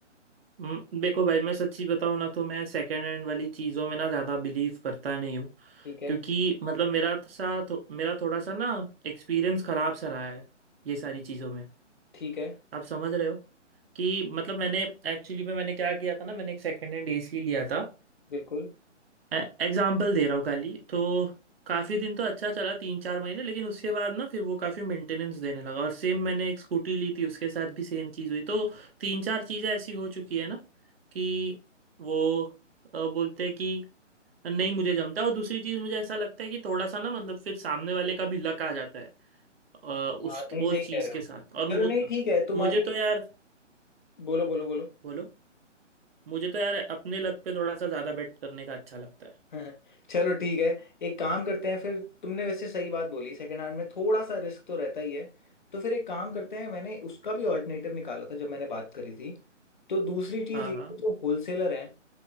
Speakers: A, on the right (about 50°); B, on the left (about 40°).
A: हम्म, देखो भाई मैं सच्ची बताऊँ ना तो मैं सेकेंड हैंड वाली चीज़ों में ना ज़्यादा बिलीव करता नहीं हूँ
B: ठीक है
A: क्योंकि मतलब मेरा सा तो, मेरा थोड़ा सा ना एक्सपीरियंस खराब सा रहा है ये सारी चीज़ों में
B: ठीक है
A: आप समझ रहे हो कि मतलब मैंने एक्चुअली में मैंने क्या किया था ना मैंने एक सेकेंड हैंड एसी लिया था
B: बिल्कुल
A: एग्जाम्पल दे रहा हूँ खाली तो काफ़ी दिन तो अच्छा चला तीन चार महीने लेकिन उसके बाद ना फिर वो काफ़ी मेंटेनेंस देने लगा और सेम मैंने एक स्कूटी ली थी उसके साथ भी सेम चीज़ हुई तो तीन चार चीज़ें ऐसी हो चुकी है ना कि वो अ, बोलते हैं कि नहीं मुझे जमता और दूसरी चीज़ मुझे ऐसा लगता है कि थोड़ा सा ना मतलब फिर सामने वाले का भी लक आ जाता है अ, उस
B: हाँ नहीं
A: वो
B: सही
A: चीज़
B: कह रहे
A: के
B: हो
A: साथ और मु,
B: चलो नहीं ठीक है तुम्हारी
A: मुझे तो यार
B: बोलो बोलो बोलो
A: बोलो मुझे तो यार अपने लक पे थोड़ा सा ज़्यादा बेट करने का अच्छा लगता है
B: हाँ, चलो ठीक है एक काम करते हैं फिर तुमने वैसे सही बात बोली सेकंड हैंड में थोड़ा सा रिस्क तो रहता ही है तो फिर एक काम करते हैं मैंने उसका भी ऑल्टरनेटिव निकाला था जब मैंने बात करी थी तो दूसरी चीज़
A: हाँ
B: ये
A: हाँ
B: है, जो होलसेलर हैं